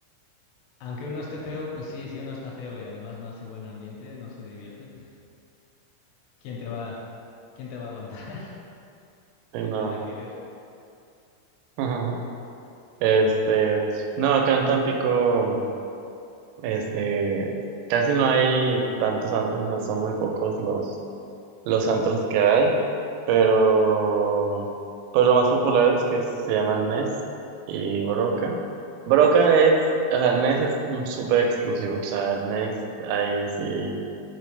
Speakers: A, on the left; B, on the right.
A: Aunque uno esté feo, pues sí, si uno está feo y además no hace buen ambiente, no se divierte, pues ¿quién te va, quién te va a aguantar? <laughs>
B: Sí,
A: ¿Quién
B: no.
A: te va a querer?
B: <laughs> Este, no, acá en Tampico, este, casi no hay tantos antros, o sea, son muy pocos los, los antros que hay, pero
A: Ajá.
B: pues los más populares que se llaman Nest y Broca. Broca es, o sea, Nest es mm, súper exclusivo, o sea, Nest ahí sí,